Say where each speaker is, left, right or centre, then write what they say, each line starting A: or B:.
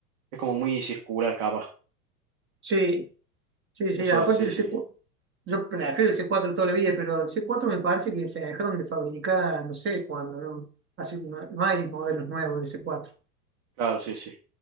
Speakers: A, on the right; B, on the right.
A: Es como muy circular, capaz.
B: Sí, sí, sí.
A: Eso,
B: Aparte
A: sí,
B: el
A: sí.
B: c cuatro yo prefiero el c cuatro toda la vida, pero el c cuatro me parece que se dejaron de fabricar, no sé cuándo, ¿no? Así, no, no hay modelos nuevos del c cuatro
A: Claro, sí, sí.